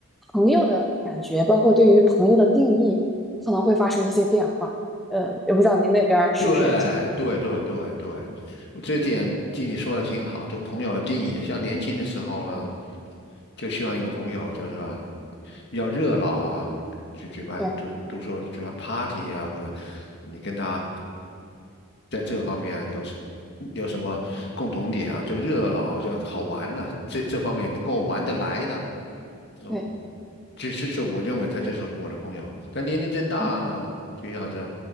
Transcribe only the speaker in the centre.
朋友的感觉，包括对于朋友的定义，可能会发生一些变化。呃，也不知道您那边儿是不是也这样？
对
对，
嗯